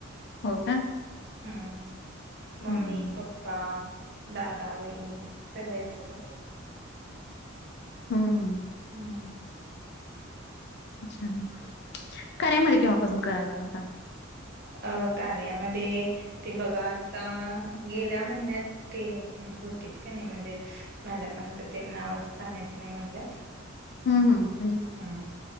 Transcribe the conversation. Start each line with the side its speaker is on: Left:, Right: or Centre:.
Left: हो का?
Right: हम्म मम्मी,
Left: हं.
Right: पप्पा, दादा, वहिणी, सगळे असतात.
Left: हम्.
Right: हम्म
Left: छान! कार्या मध्ये केव्हापासून करायला लागला काम?
Right: अ कार्यामध्ये? ती बघा आता, गेल्या महिन्यात तीन होत्यात की नाय म्हणजे. मेडमाच तेन, नाव अस सांगायचं नाही म्हटलं.
Left: हम्म हम्म.
Right: हम्म